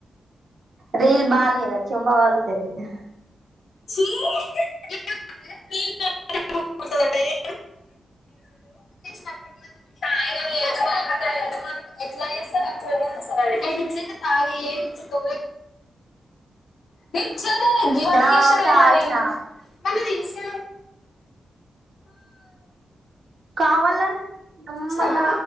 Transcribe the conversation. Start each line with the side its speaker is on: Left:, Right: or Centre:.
Right: రీల్ బాలేదా చెంబ పలుగుతది
Left: ట్టే <unintelligible> చయ <unintelligible> ఎట్లా చేస్తారు అట్లాన్న తాగి ఏ తో నిచ్చన్న మటగేశ్వరి
Right: ఆ తాగిన
Left: ఎందనే పెటి
Right: కావాలని మమ్మల
Left: చూసావా